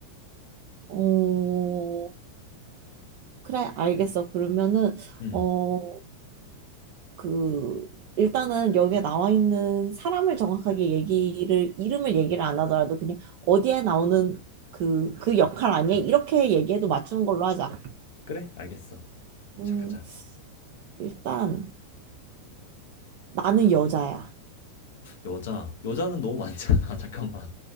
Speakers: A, on the right; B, on the left.
A: 어, 그래, 알겠어. 그러면은,
B: 음,
A: 어, 그, 일단은 여기에 나와 있는 사람을 정확하게 얘기를, 이름을 얘기를 안 하더라도 그냥 어디에 나오는 그, 그 역할 아니야? 이렇게 얘기해도 맞추는 걸로 하자.
B: 그래? 알겠어.
A: 음,
B: 시작하자.
A: 일단, 나는 여자야.
B: 여자. 여자는 너무 많잖아. <laughs> 잠깐만.